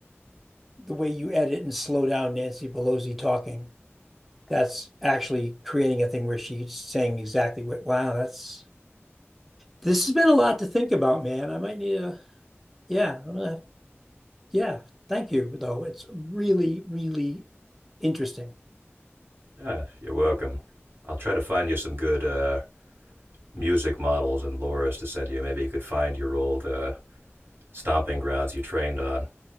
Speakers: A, in the centre; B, on the right.
A: the way you edit and slow down Nancy Pelosi talking. That's actually creating a thing where she's saying exactly what wow, that's this has been a lot to think about, man. I might need a yeah, I'm gonna have Yeah, thank you, though. It's really, really interesting.
B: Ah, you're welcome. I'll try to find you some good uh, music models and lures to send you. Maybe you could find your old uh, stomping grounds you trained on.